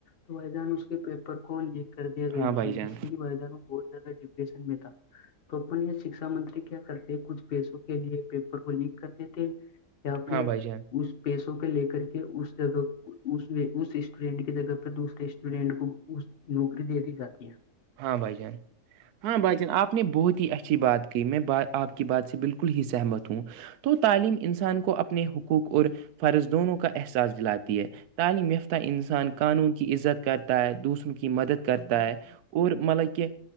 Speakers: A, on the left; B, on the right.
A: تو ویدان اس کے پیپر کون لکھ کر دیا گیا
B: ہاں بھائی
A: تھا
B: جان
A: جس سے کہ مہدان میں بہت زیادہ ڈپریشن میں تھا تو اپن یہ شکشا شھ منتری کیا کرتے کچھ پیسوں کے لیے پیپر کو لیک کرتے تھے یا پھر
B: ہاں بھائی جان
A: اس پیسوں کے لے کر کے اس جگہ اس اس اسٹوڈینٹ کی جگہ پر دوسرے اسٹوڈینٹ کو نوکری دےتی جاتی ہیں
B: ہاں بھائی جان ہاں بھائی جان آپ نے بہت ہی اچھی بات کہ میں ب آپ کی بات سے بالکل ہی سہمت ہوں تو تعلیم انسان کو اپنے حقوق اور فرض دونوں کا احساس دلاتی ہے تعلیم یافتہ انسان قانون کی عزت کرتا ہے دوسروں کی مدد کرتا ہے مطلب کہ